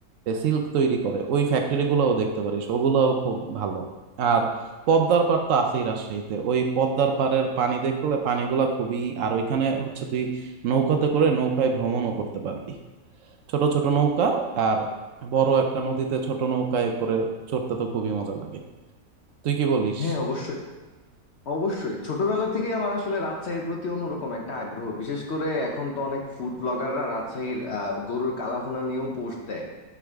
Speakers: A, on the right; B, on the left.
A: সিল্ক তৈরি করে ওই ফ্যাক্টরি গুলাও দেখতে পারিস ওগুলাও খুব ভালো আর পদ্মার পাড় তো আছেই রাজশাহীতে ওই পদ্মার পাড়ের পানি দেখলে পানিগুলা খুবই আর ওইখানে হচ্ছে তুই নৌকাতে করে নৌকায় ভ্রমণও করতে পারবি ছোট ছোট নৌকা আর বড় একটা নদীতে ছোট নৌকায় করে চড়তে তো খুবই মজা লাগে তুই কি বলিস
B: হ্যাঁ অবশ্যই অবশ্যই ছোটবেলা থেকে আমার আসলে রাজশাহীর প্রতি অন্যরকম একটা আগ্রহ বিশেষ করে এখন তো অনেক ফুড ব্লগাররা রাজশাহীর আহ, গরুর কালাভুনা নিয়েও পোস্ট দেয়